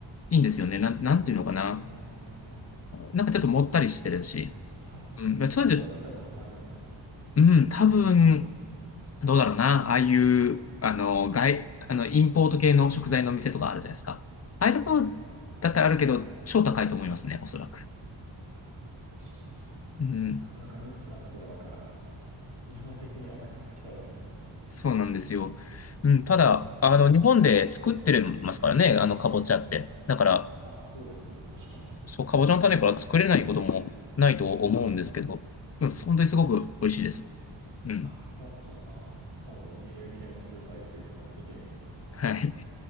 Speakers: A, on the left; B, on the right.
A: いいんですよね。なん、なんていうのかな。
B: へえ。
A: なんかちょっともったりしてるし。
B: はいはい。
A: うん。まあそれで、
B: 日本では見たことないですね。
A: うん、多分、どうだろうな。ああいう、あの、外、あの、インポート系の食材の店とかあるじゃないですか。
B: うんうん。
A: ああいうところだったらあるけど、
B: そうですね。
A: 超高いと思いますね、おそらく。
B: 確かに。
A: うん。
B: なかなかニッチなところだから、基本的には高くてきそうですね。
A: そうなんですよ。うん。ただ、あの、日本で作ってますからね、あの、かぼちゃって。だから、
B: あ、そうですね。確かに。
A: そう、かぼちゃの種から作れないこともないと思うんですけど、うん、本当にすごく美味しいです。うん。
B: あ、そう、ちょっとあの、今度輸入系のスーパーよく行くのを見てみます。
A: はい。